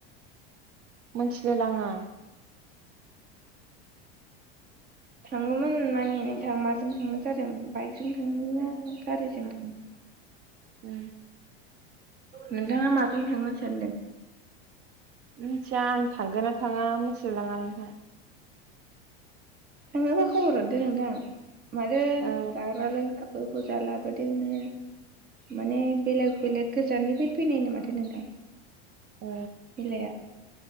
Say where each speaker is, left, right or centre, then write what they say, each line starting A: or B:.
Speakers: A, on the right; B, on the right.
A: मोनथिलाय लाङा।
B: थांङोमोन माने नोंथां माजों थांनाय जादों बाइकजों थांनो ना गारिजों थांनो।
A: उम
B: नोंथांङा माजों थांनो सानदों?
A: मिथिया आं थांगोन ना थांङा थिलायलाङा नोंथां।
B: थांङोबा खबर हरदो नोंथां। मादो
A: औ
B: जाग्रा लोंग्रा बुरजा लाबोदोंनो माने बेलेग बेलेग गोजाननिफ्राय फैनायनो माथो नोंथां।
A: औ
B: हिलाया